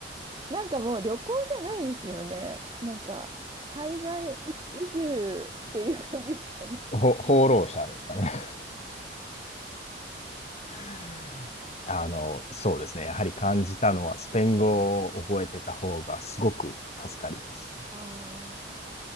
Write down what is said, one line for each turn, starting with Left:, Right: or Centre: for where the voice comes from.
Right: なんかもう旅行じゃないですよね。なんか、海外移住っていう感じですよね。
Left: ほ放浪者ですかね。<laughs> あの、そうですね。やはり感じたのは、スペイン語を覚えてた方がすごく助かりますね。
Right: ああ、